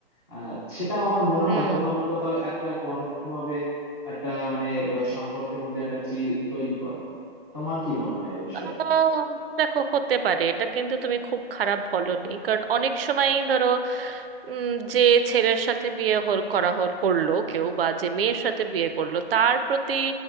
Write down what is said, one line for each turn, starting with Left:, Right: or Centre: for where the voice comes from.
Centre: আহ, সেটাও আমার মনে
Right: হুম
Centre: হয় কোথাও না কোথাও একটা পরোক্ষভাবে একটা মানে আহ, সম্পর্কের মধ্যে একটা চির তৈরি করে তোমার কি মনে হয় এই বিষয়ে
Right: আহ, দেখো হতে পারে এটা কিন্তু তুমি খুব খারাপ বলনি কারণ অনেক সময় ধরো উম, যে ছেলের সাথে বিয়ে হল করা হল করলো কেউ বা যে মেয়ের সাথে বিয়ে করলো তার প্রতি